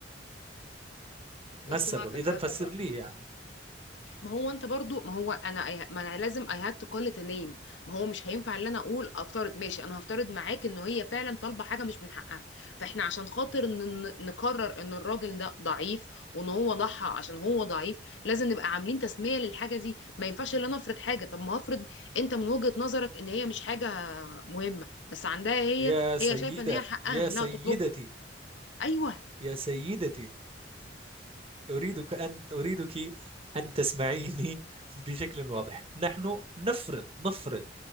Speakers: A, on the right; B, on the left.
A: ما
B: لست
A: السبب
B: معك
A: إذا
B: في هذا
A: فسر
B: الرأي
A: لي يعني
B: ما هو انت برضو ما هو انا I- ما انا لازم I had to call it a name ما هو مش هينفع ان انا اقول افترض ماشي انا هفترض معاك ان هي فعلا طالبه حاجه مش من حقها فاحنا عشان خاطر ن- ن- نقرر ان الراجل ده ضعيف وان هو ضحى عشان هو ضعيف لازم نبقى عاملين تسميه للحاجه دي ما ينفعش ان انا افرض حاجه طب ما هفرض انت من وجهه نظرك ان هي مش حاجه مهمه بس عندها هي
A: يا سيدة
B: هي شايفه ان هي حقها
A: يا
B: انها
A: سيدتي
B: تطلبها ايوه
A: يا سيدتي أريدك أن أريدك أن تسمعيني بشكل واضح نحن نفرض نفرض